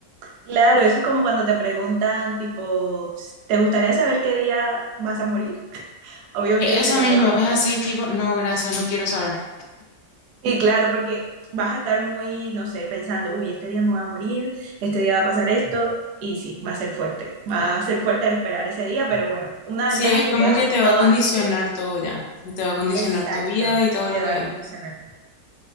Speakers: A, on the right; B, on the left.
A: Claro, eso es como cuando te preguntan, tipo, ¿te gustaría saber qué día vas a morir? Obviamente
B: E-
A: hay gente
B: Eso
A: que no
B: mismo,
A: le va a gustar.
B: es así, tipo, no, gracias, no quiero saber.
A: Sí, claro, porque vas a estar muy, no sé, pensando, uy, este día me voy a morir, este día va a pasar esto, y sí, va a ser fuerte, va a ser fuerte el esperar ese día, pero bueno, una
B: Sí,
A: ventaja
B: es
A: es que
B: como
A: puedes
B: que
A: hacer
B: te va
A: todo
B: a condicionar
A: antes de...
B: todo ya. Te va a condicionar
A: Exacto,
B: tu vida y todo
A: te
B: lo que
A: va
B: hay.
A: a condicionar.